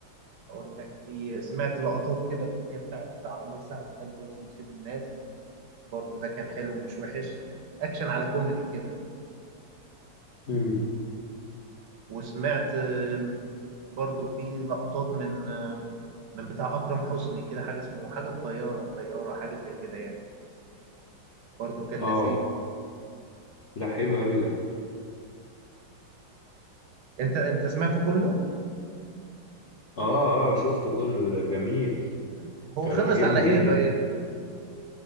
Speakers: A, on the right; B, on the left.
A: اقول لك في سمعت لقطات كده اللي هي بتاعت عمرو سعد ده اللي هو اسمه سيد الناس برضه ده كان حلو ومش وحش يعني اكشن على كوميدي كده
B: مم.
A: وسمعت آم، برضه في لقطات من آم، من بتاع اكرم حسني كده حاجه اسمه حاجه الطيار او طياره حاجه زي كده يعني برضه كان
B: اه
A: لذيذ
B: ده حلو قوي ده
A: انت انت سمعته كله
B: اه اه شفته كله ده جميل
A: هو
B: كان
A: خلص
B: عاجبني
A: على ايه
B: جدا
A: طيب